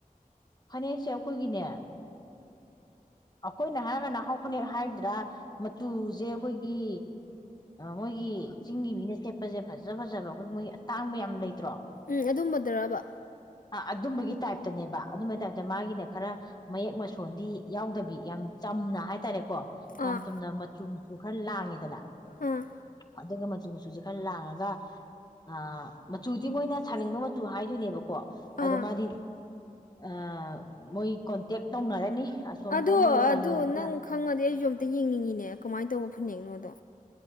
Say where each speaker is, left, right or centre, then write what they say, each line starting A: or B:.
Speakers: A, on the left; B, on the left.
A: ꯐꯅꯦꯛꯁꯦ ꯑꯩꯈꯣꯏꯒꯤꯅꯦ ꯑꯩꯈꯣꯏꯅ ꯍꯥꯏꯔꯒꯅ ꯍꯥꯎ ꯐꯅꯦꯛ ꯍꯥꯏꯒꯗ꯭ꯔꯥ ꯃꯆꯨꯁꯦ ꯑꯩꯈꯣꯏꯒꯤ ꯃꯣꯏꯒꯤ ꯆꯤꯡꯒꯤ ꯃꯤꯅ ꯁꯦꯠꯄꯁꯦ ꯐꯖ ꯐꯖꯕ ꯑꯩꯈꯣꯏ ꯃꯣꯏ ꯑꯇꯥꯡꯕ ꯌꯥꯝ ꯂꯩꯇ꯭ꯔꯣ
B: ꯎꯝ ꯑꯗꯨꯝꯕꯗꯔꯕ
A: ꯑ ꯑꯗꯨꯝꯕꯒꯤ ꯇꯥꯏꯞꯇꯅꯦꯕ ꯑꯗꯨꯝꯕꯒꯤ ꯇꯥꯏꯞ ꯑꯗ ꯃꯥꯒꯤꯅ ꯈꯔ ꯃꯌꯦꯛ ꯃꯁꯣꯟꯗꯤ ꯌꯥꯎꯗꯕꯤ ꯌꯥꯝ ꯆꯝꯅ ꯍꯥꯏꯇꯥꯔꯦꯀꯣ ꯌꯥꯝ
B: ꯑꯥ
A: ꯆꯝꯅ ꯃꯆꯨ ꯃꯆꯨ ꯈꯔ ꯂꯥꯡꯉꯦꯗꯅ
B: ꯑꯥ
A: ꯑꯗꯨꯒ ꯃꯆꯨ ꯃꯆꯨꯁꯦ ꯈꯔ ꯂꯥꯡꯉꯒ ꯑ ꯃꯆꯨꯗꯤ ꯃꯣꯏꯅ ꯁꯥꯅꯤꯡꯕ ꯃꯆꯨ ꯍꯥꯏꯗꯣꯏꯅꯦꯕꯀꯣ
B: ꯑꯥ
A: ꯑꯗꫭ ꯃꯥꯗꯤ ꯑ ꯃꯣꯏ ꯀꯣꯟꯇꯦꯛ ꯇꯧꯅꯔꯅꯤ ꯑꯁꯣꯝꯗ
B: ꯑꯗꯣ
A: ꯃꯣꯏ ꯂꯂꯣꯟꯕꯤꯗ
B: ꯑꯗꯨ ꯅꯪ ꯈꯪꯉꯗꯤ ꯑꯩꯁꯨ ꯑꯝꯇ ꯌꯦꯡꯅꯤꯡꯉꯤꯅꯦ ꯀꯃꯥꯏꯅ ꯇꯧꯕ ꯐꯅꯦꯛꯅꯣꯗꯣ